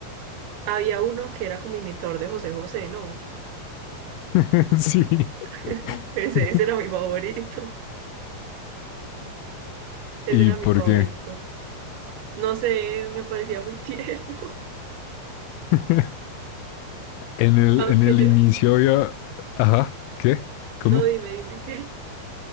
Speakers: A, on the right (about 80°); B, on the left (about 85°).
A: Había uno que era como imitador de José José, ¿no?
B: <laughs> Sí.
A: <laughs> Ese,
B: <laughs>
A: ese era mi favorito. Ese
B: ¿Y
A: era
B: por
A: mi favorito.
B: qué?
A: No sé, me parecía muy tierno. <laughs>
B: <laughs> En el,
A: Aunque
B: en el
A: yo,
B: inicio había. Ajá, ¿qué? ¿Cómo?
A: No, dime, dime, ¿qué?